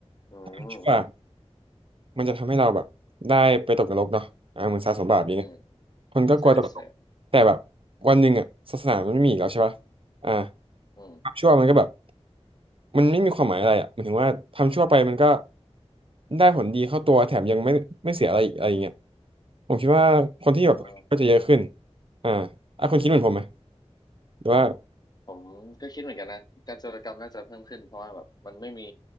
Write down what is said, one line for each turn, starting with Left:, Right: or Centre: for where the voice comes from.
Left: อืม
Right: ถ้ามันชั่วมันจะทำให้เราแบบได้ไปตกนรกเนาะอ่าเหมือนสะสมบาปอย่างเงี้ย
Left: อืม
Right: คนก็กลัวตกนรกแต่แบบ
Left: ใช่ใช่
Right: วันหนึ่งอ่ะศาสนามันไม่มีอีกแล้วใช่ปะอ่า
Left: อืม
Right: ความชั่วมันก็แบบ มันไม่มีความหมายอะไรอ่ะหมายถึงว่าทำชั่วไปมันก็ได้ผลดีเข้าตัวแถมยังไม่ไม่เสียอะไรอีกอะไรอย่างเงี้ยผมคิดว่าคนที่แบบก็จะเยอะขึ้น
Left: อืม
Right: อ่าอ่ะคุณคิดเหมือนผมไหมหรือว่า
Left: ผมก็คิดเหมือนกันนะการจาราจรมน่าจะเพิ่มขึ้นเพราะว่าแบบมันไม่มี